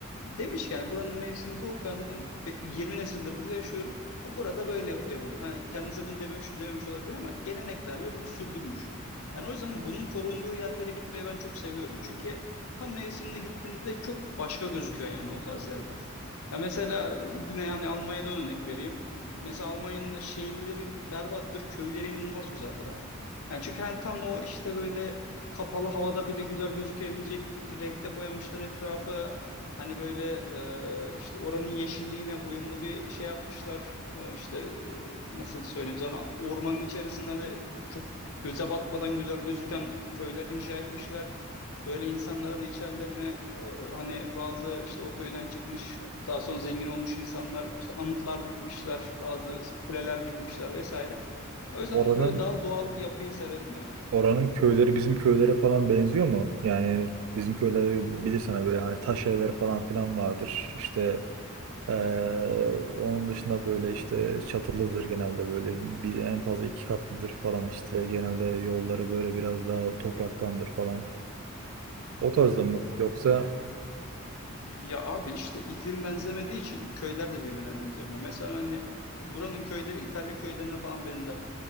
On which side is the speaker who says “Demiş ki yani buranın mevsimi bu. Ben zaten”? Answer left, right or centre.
Left